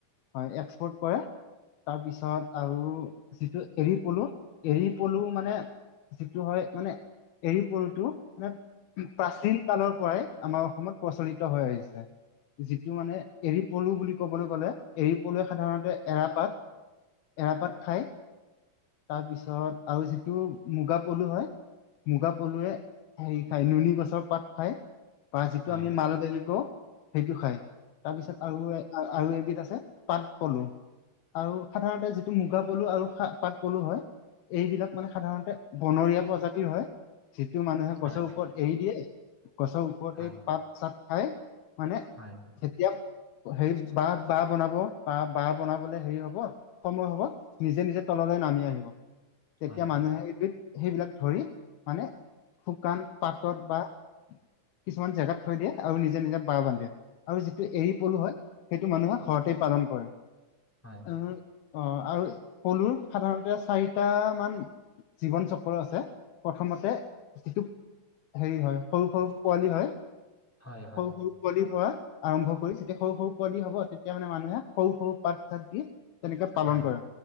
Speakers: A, on the left (about 80°); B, in the centre.
A: হয় এক্সপৰ্ট কৰে। তাৰপিছত আৰু যিটো এৰী পলু এৰী পলু মানে যিটো হয় মানে এৰী পলুটো মানে প্ৰাচীন ত পৰাই আমাৰ অসমত প্ৰচলিত হৈ আহিছে। যিটো মানে এৰি পলু বুলি ক'বলৈ গ'লে এৰী পলুৱে সাধাৰণতে এৰাপাত এৰাপাত খায় তাৰপিছত আৰু যিটো মুগা পলু হয় মুগা পলুৱে হেৰি খায় নুনী গছৰ পাত খায় বা যিটো
B: হয়
A: আমি মাল বালকও সেইটো খাই তাৰপিছত আৰু আৰু এবিধ আছে পাট পলু আৰু সাধাৰণতে যিটো মুগা পলু আৰু সা পাট পলু হয় এইবিলাক মানে সাধাৰণতে বনৰীয়া প্ৰজাতিৰ হয়। যিটো মানুহে
B: হয়
A: গছৰ ওপৰত এৰি দিয়ে, গছৰ ওপৰতে
B: হয়
A: পাত - চাত খাই মানে
B: হয় হয়
A: যেতিয়া হেৰি বাহ বাহ বনাব বা বাহ বনাবলে হেৰি হব সময় হব নিজে নিজে তললৈ নামি আহিব। তেতিয়া
B: হয়
A: মানুহে এইটো সেইবিলাক ধৰি মানে শুকান পাতত বা কিছুমান জেগাত থৈ দিয়ে আৰু নিজে - নিজে বাৰ বান্ধে আৰু যিটো এৰী পলু হয় সেইটো মানুহে ঘৰতেই পালন কৰে।
B: হয়।
A: উ অ আৰু পলু সাধাৰণতে চাৰিটা মান জীৱন চক্ৰ আছে প্ৰথমতে যিটো হেৰি হয় সৰু সৰু পোৱালি হয় সৰু
B: হয় হয় হয়,
A: সৰু পোৱালি পৰা আৰম্ভ কৰি যেতিয়া সৰু সৰু পোৱালী হ'ব তেতিয়া মানে মানুহে সৰু সৰু পাত চাত দি তেনেকে
B: হয়
A: পালন কৰে